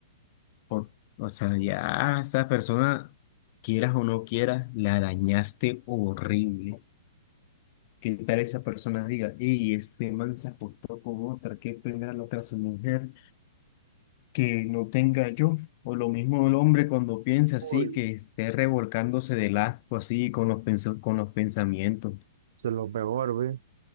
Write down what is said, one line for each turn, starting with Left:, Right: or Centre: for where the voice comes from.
Left: Por- o sea, ya a esa persona, quieras o no quieras, la arañaste horrible. ¿Qué tal esa persona diga, y este man se acostó con otra, qué pena la otra su mujer? que no tenga yo, o lo mismo el hombre cuando piensa así,
Right: Uy,
Left: que esté revolcándose del asco así con los, penso- con los pensamientos.
Right: se lo peor, güey.